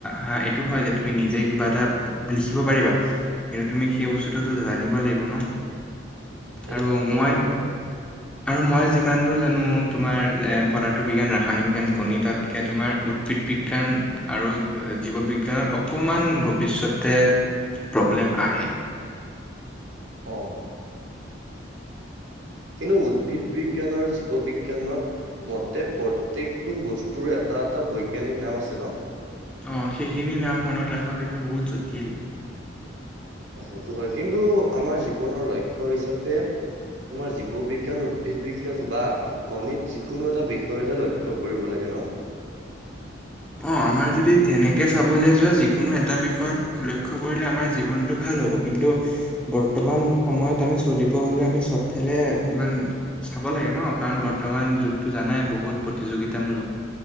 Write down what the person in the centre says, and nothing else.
হা এইটো হয় যে তুমি নিজে কিবা এটা লিখিব পাৰিবা কিন্তু তুমি সেই বস্তুটো- জানিব লাগিব ন-
আৰু
মই আৰু মই যিমান দূৰ জানো তোমাৰ পদাৰ্থ বিজ্ঞান, ৰাসায়নিক বিজ্ঞান গণিততকৈ তোমাৰ উদ্ভিদ বিজ্ঞান- আৰু জীৱ বিজ্ঞানত অকমান ভৱিষ্যতে- প্ৰব্লেম আহে।
অ সেইখিনি নাম মনত ৰাখা কিন্তু বহুত জটিল
অ আমাৰ যদি তেনেকে চাবলৈ যোৱা যিকোনো এটা বিষয়ত উল্ক্ষ্ কৰিলে আমাৰ জীৱনটো ভাল। ভাল হ'ব কিন্তু বৰ্তমান সময়ত আমি চলিব হলে আমি চবফালে আমান চাব লাগে ন কাৰণ বৰ্তমান যুগটো জানাই বহুত প্ৰতিযোগিতামূলক